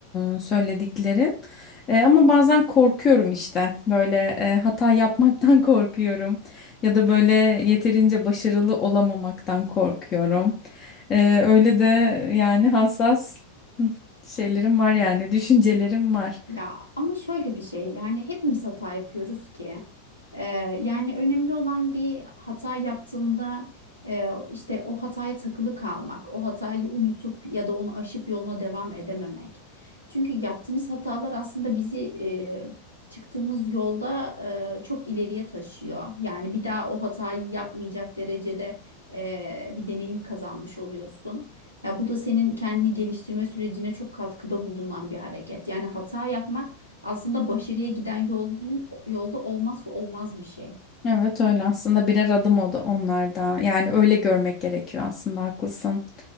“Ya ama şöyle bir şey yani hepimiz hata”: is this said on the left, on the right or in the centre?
Left